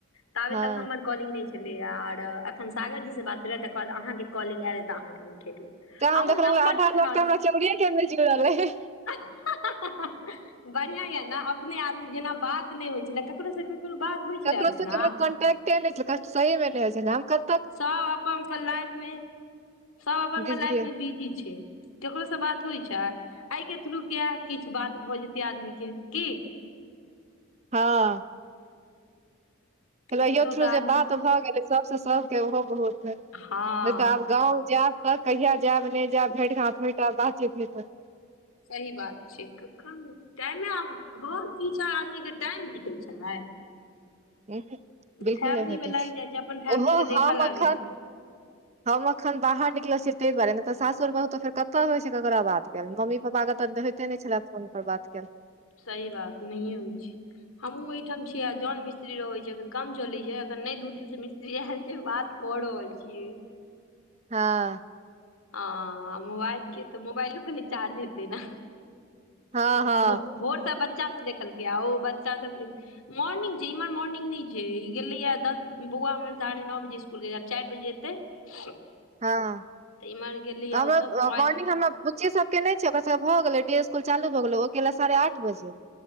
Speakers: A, on the left; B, on the right.
A: ताबे
B: हँ
A: तक हमर कॉलिंग नहि छलै आर अख सागरजीसँ बात भेल छलै तकर बाद अहाँके कॉलिंग आयल तऽ अहाँकेँ उठेलहुँ
B: ते
A: हमहूँ
B: हम देखलं
A: नम्बर
B: आधा
A: लिख
B: लोक त हमरा चौरीे के मिज रहल रहे
A: <unintelligible> बढ़िआ य अपने आदमी जेना बात नहि होइ छलै ककरो स ककरो बात होइ छलै
B: ककरो
A: अर्चना
B: स ककरो कोंटेक्टे नै छै क सही मे ने होय छले हम क
A: सब अपन पर लाइफ मे सब अपन
B: बिजी
A: पर लाइफ मे बिजी छै केकरो से बात होइ छै एहि के थ्रू किया किछु बात भऽ जेतै आदमी के की
B: हँ कहियो
A: एनाहितो
B: थ्रू
A: तऽ
B: जे
A: आदमी
B: बात भऽ गेलै सबसँ सभके ओहो बहुत है नहि
A: हँ
B: तऽ आब गाँव जायब त कहिआ जायब नहि जायब भेट घाट होयत बातचीत होत
A: सही बात छै कखन टाइमे घर पीछा आदमीक के टाइम भेटैत छै
B: उमहूं बिलकुल
A: फैमिलीमे
B: नहि भेटै
A: लागि
B: छै
A: जाइ अपन फैमिलीके
B: ओहो
A: देखऽ
B: हम
A: लागै
B: अखन
A: छै
B: हम अखन बाहर निकल छीयै ताहि बारे ने तऽ सासुर बहु त फेर कते होइ छै ककरा बात गेल मम्मी पपा केत देख होइते नहि छले फोन पर बात कयल
A: सही बात नहिए होइत छै हमूँ एहिहिठाम छीयै आ जन मिस्त्री रहै छै एखन काम चलै छै एखन नहि दू दिन से मिस्त्री ऐहेन जे बात क रहल छीयै
B: हँ
A: ह मोबाइल के तऽ मोबाइलो कनि चार्ज हेते न
B: हँ
A: लेकिन
B: हँ
A: भोड़ भोर सँ बच्चा सब देखलकै आ ओ बच्चा सब के मोर्निंग छै इमहर मोर्निंग नहि छै ई गेले ह दस बौआ हमर साढ़े नओ बजे स्कूल चारि बजे एते <inaudible>
B: हँ
A: इम्हर गेलैये
B: तऽ हमरो
A: ओ सब मोबाइल
B: मॉर्निंग हमरो बुच्ची सबके के नहि छै ओकर सब भऽ गेलै डे स्कूल चालू भऽ गेलै ओ गेला साढ़े आठ बजे